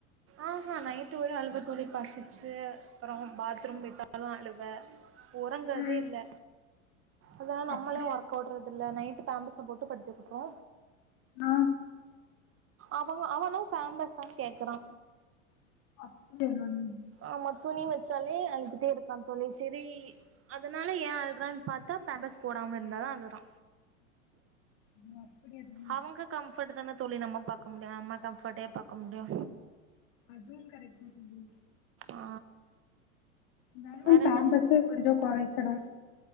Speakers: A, on the right; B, on the left.
A: ஆ அ நைட் ஒரே அழவ தோழி பசிச்சு அப்பறம் பாத்ரூம் போயிட்டாலா அலுவ உறங்கத
B: ம்
A: இல்ல அதன நம்மலே
B: அப்டியா
A: உறக்க விடுறது இல்ல நைட் பாம்பெர்ஸ் போட்டு படுத்துட்டு இருக்கோ
B: ஆ
A: அவங் அவனு பாம்பெர்சு தா கேக்குறா
B: <unintelligible>
A: ஆம துணி வச்சாலே அழுதுட்டே இருக்கா தோழி செரி அதனால ஏ அழுறான்னு பார்த்தா பேம்பஸ் போடாம இருந்தா தா அழுறா
B: உ அப்படியா தோழி
A: அவங்க கம்ஃபர்ட் தான தோழி நம்ம பாக்க முடியு நம்ம கம்ஃபர்ட்டே பாக்க முடியு
B: அதுவும் கரெக்ட்தா தோழி
A: ஆ
B: தெனம்
A: வேற
B: பேம்பர்ஸ்
A: என்ன
B: கொஞ்சோ குறைக்கனு